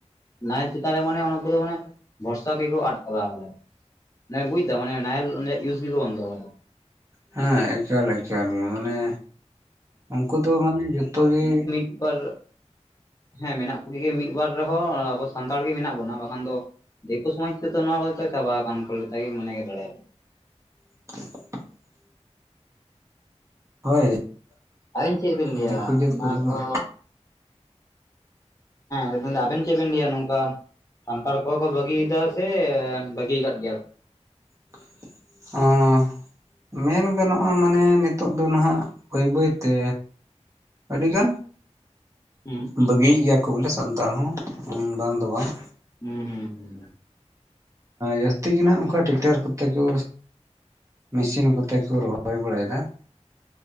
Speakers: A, on the left; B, on the right.
A: ᱱᱟᱦᱮᱞ ᱪᱮᱛᱟᱱ ᱨᱮ ᱢᱟᱱᱮ ᱚᱱᱠᱩᱫᱚ ᱢᱟᱱᱮ ᱵᱷᱚᱨᱥᱟ ᱜᱮᱠᱚ ᱟᱫ ᱪᱟᱵᱟ ᱠᱟᱫᱟ ᱢᱟᱱᱮ ᱵᱩᱡᱽ ᱫᱟᱢ ᱢᱟᱱᱮ ᱱᱟᱦᱮᱞ ᱚᱱᱮ ᱤᱭᱩᱡ ᱜᱮᱠᱚ ᱵᱚᱱᱫᱚ ᱣᱟᱠᱟᱫᱟ
B: ᱦᱮᱸ ᱮᱠᱟᱞ ᱮᱠᱟᱞ ᱢᱟᱱᱮ ᱩᱱᱠᱩ ᱫᱚ ᱢᱟᱱᱮ ᱡᱚᱛᱚ ᱜᱮ
A: ᱢᱤᱫᱵᱟᱨ ᱦᱮᱸ ᱢᱮᱱᱟᱜ ᱠᱩᱜᱤ ᱜᱮ ᱢᱤᱫ ᱵᱟᱨ ᱨᱮᱦᱚᱸ ᱟᱵᱚ ᱥᱟᱱᱛᱟᱲ ᱜᱮ ᱢᱮᱱᱟᱜ ᱵᱚᱱᱟ ᱵᱟᱠᱷᱟᱱ ᱫᱚ ᱫᱤᱠᱩ ᱥᱚᱢᱟᱡᱽ ᱛᱮᱫᱚ ᱱᱚᱣᱟ ᱪᱟᱵᱟ ᱟᱠᱟᱱ <unintelligible> ᱢᱚᱱᱮ ᱜᱮ ᱫᱟᱲᱮᱭᱟᱜᱵ
B: <unintelligible> ᱦᱳᱭ
A: ᱟᱵᱮᱱ ᱪᱮᱫ ᱵᱮᱱ ᱞᱟᱹᱭᱟ
B: ᱫᱤᱠᱩ ᱡᱟᱹᱛ
A: ᱱᱚᱣᱟ
B: ᱠᱚᱫᱚ
A: ᱠᱚ
B: ᱦᱟᱸ
A: ᱦᱮᱸ ᱟᱵᱮᱱ ᱪᱮᱜᱵᱮᱱ ᱞᱟᱹᱭᱟ ᱱᱚᱝᱠᱟ ᱥᱟᱱᱛᱟᱲ ᱠᱚᱦᱚᱸ ᱠᱚ ᱵᱟᱹᱜᱤᱭᱮᱫᱟ ᱥᱮ ᱵᱟᱹᱜᱤ ᱠᱟᱫ ᱜᱮᱭᱟ ᱠᱚ
B: <unintelligible> ᱢᱮᱱ ᱜᱟᱱᱚᱜᱼᱟ ᱢᱟᱱᱮ ᱱᱤᱛᱚᱜ ᱫᱚ ᱱᱟᱦᱟᱜ ᱵᱟᱹᱭ ᱵᱟᱹᱭᱛᱮ ᱟᱹᱰᱤ ᱜᱟᱱ
A: ᱦᱩᱸ
B: ᱵᱟᱹᱜᱤᱭᱮᱜ ᱜᱮᱭᱟ ᱠᱚ ᱵᱚᱞᱮ ᱥᱟᱱᱛᱟᱲ ᱦᱚᱸ ᱵᱟᱝ ᱫᱚ ᱵᱟᱝ
A: ᱦᱩᱸ ᱦᱩᱸ ᱦᱩᱸ
B: ᱡᱟᱹᱥᱛᱤ ᱜᱮ ᱱᱟᱸᱜ ᱚᱱᱠᱟ ᱴᱮᱠᱴᱟᱨ ᱠᱚᱛᱮ ᱠᱚ ᱢᱮᱥᱤᱱ ᱠᱚᱛᱮᱠᱚ ᱨᱚᱦᱚᱭ ᱵᱟᱲᱟᱭᱮᱫᱟ